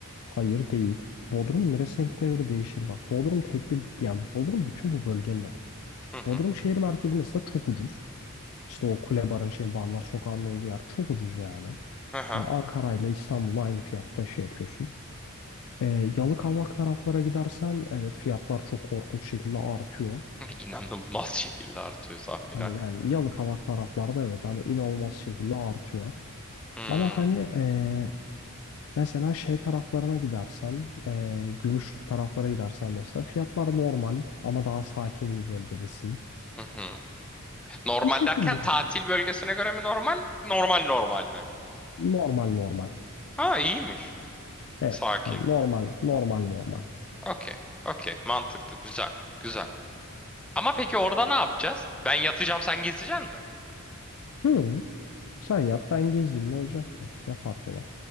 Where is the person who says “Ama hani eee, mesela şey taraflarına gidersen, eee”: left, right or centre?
Left